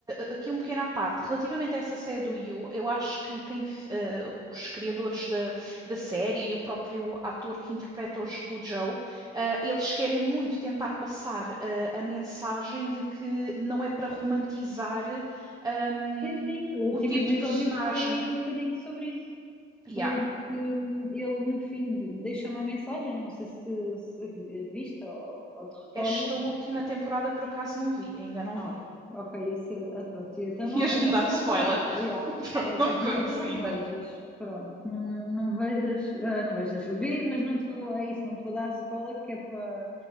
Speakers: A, on the right; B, in the centre.
A: uh, aqui um pequeno à parte, relativamente a essa série do You, eu acho que quem, f- uh, os criadores da, da série e o próprio ator que interpreta o, J- o Joe, uh, eles querem muito tentar passar, uh, a mensagem de que não é para romantizar, um,
B: Sim, sim, o último
A: o tipo
B: episódio
A: de personagem.
B: foi um bocadinho sobre isso.
A: Yeah.
B: porque hum, ele no fim de- deixa uma mensagem, né? não sei se, se viste ou, ou te recordas.
A: Esta última temporada por acaso não vi, ainda não
B: Ah,
A: vi.
B: ok, ia ser, ah, pronto, então
A: <laughs>
B: não,
A: Ias-me
B: então
A: dar
B: não
A: spoiler.
B: vou contar, já.
A: <laughs> Pronto,
B: É
A: não
B: tipo,
A: me contes
B: não, então não
A: ainda.
B: vejas, pronto, não, não vejas, ah, não vejas, vê, mas não te vou, é isso, não te vou dar spoiler, que é para,